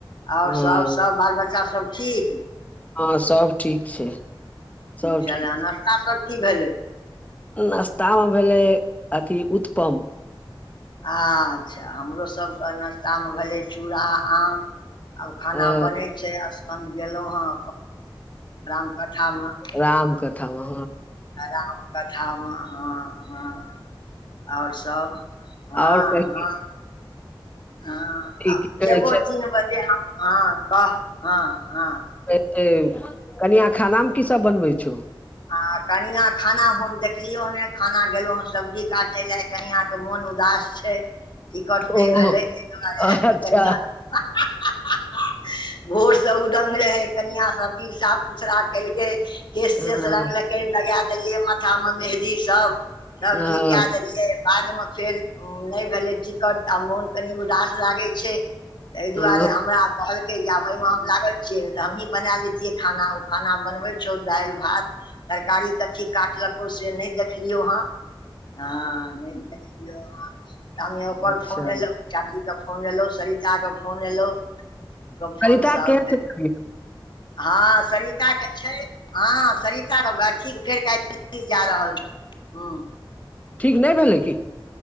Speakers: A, on the left; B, on the left.
A: आओर
B: हँ
A: सब सभ बाल बच्चा सभ ठीक
B: हाॅं सब ठीक छै सब
A: चले
B: ठीक
A: नाश्ता सब की भेलै
B: नश्तामे भेलै अथी उत्पम
A: अच्छा हमरोसभके नाश्तामे भेलै चूड़ा आम आब खाना
B: अ
A: बनै छै स्सकन्द गेलौं हेँ रामकथा मे
B: राम कथामे
A: राम कथामे हँ हॅं ओर सब। हँ
B: आओर कही
A: हँ। हँ आब
B: की कहै
A: जेबो
B: छै
A: तीन बजे हम हँ कह हँ हँ
B: ऐतै कनिया खानामे की सब बनबै छौ
A: हाँ कनिया खाना हम देखलियो हं नै खाना गेलहु हॅं सब्जी काटय लऽ कनिया के मोन उदास छै टिकट नहि
B: ओ
A: भेलै ताहि दुआरे
B: अच्छा
A: ई कनियाँ हा हा हा हा। भोर से उदंग रहे कनिया सब चीज साफ सुथरा केलकै केस
B: हँ
A: तेस रंगलकै लगा देलिये माथा मे मेहदी सब सब
B: हँ
A: चीज कऽ देलिये बाद मे फेर नहि भेलै टिकट तऽ मोन कनि उदास लागै छै ताहि दुआरे
B: हँ
A: हमरा कहलकै जे आब एहिमे हम लागल छियै ने तऽ हमहीँ बना लैतियै खाना ओ खाना बनबै छौ दाल भात तरकारी कथी काटलको से नहि देखलियौ हँ हॅं देखियो तामे ओकर
B: अच्छा
A: फोन एलो चाची के फोन एलो सरिता के फोन एलौ तऽ फोन
B: सरिता
A: सब
B: केहन छै तबियत
A: हाॅं संगिता <unintelligible> के छै हँ सरिताके <unintelligible> ठीक फेर कल्हि दिल्ली जा रहल छै ह।
B: ठीक नहि भेलै कि